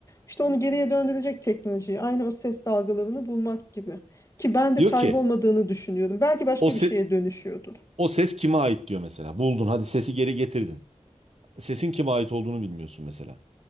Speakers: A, on the left; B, on the right.
A: işte onu geriye döndürecek teknolojiyi. Aynı o ses dalgalarını bulmak gibi. Ki ben de
B: Diyor
A: kaybolmadığını
B: ki
A: düşünüyorum. Belki başka
B: o se-
A: bir şeye dönüşüyordur.
B: o ses kime ait diyor mesela. Buldun hadi sesi geri getirdin. Sesin kime ait olduğunu bilmiyorsun mesela.